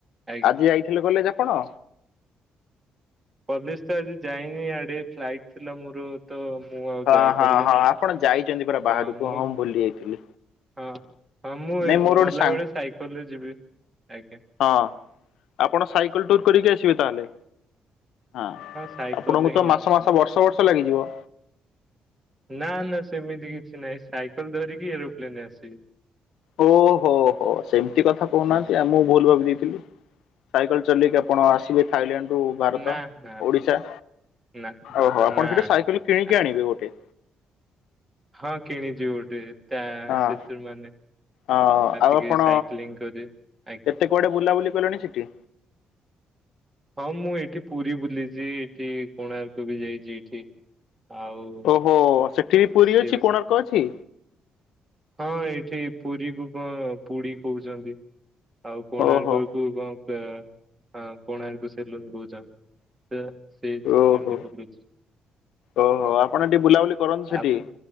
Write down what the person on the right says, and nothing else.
ଆଜ୍ଞା।
ପଲିସ ତ ଆଜି ଯାଇନି ଆଡେ ଫ୍ଲାଇଟ ଥିଲା ମୋର ତ ମୁଁ ଆଉ
ଯାଇପାରିଲିନି
ହଁ ମୁଁ
ହଁ ହଁ ମୁଁ
ଗଲାବେଳେ
ସାଇକେଲରେ ଯିବି ଆଜ୍ଞା
ହଁ।
ସାଇକେଲରେ
ହିଁ
ଆସିବି।
ନା ନା ସେମିତି କିଛି ନାହିଁ ସାଇକେଲ ଧରିକି ଏରୋପ୍ଲେନରେ ଆସିବି
ହଁ
ନା ନା
ନା
ନା
ନା।
ହଁ କିଣିଛିି ଗଟେ। ତା
ସେଥିରୁ ମାନେ
ଟିକେ
ସାଇକ୍ଲିଂ କରି ଆଜ୍ଞା
ହଁ ମୁଁ ଏଠି ପୁରୀ ବୁଲିଛି ଏଠି କୋଣାର୍କ ବି ଯାଇଛି ଏଠି ଆଉ
ସେ
ହଁ ଏଇଠି ପୁରୀ କୁ କଣ ପୁଡି କହୁଛନ୍ତି ଆଉ କୋଣାର୍କ
କୁ କଣ କୋଣ ଆକୁ ସେ ଲୁନ୍ କହୁନ୍ ତ ସେ
ସେମିତି ବୁଲୁଛି
ହଁ
ଆପଣ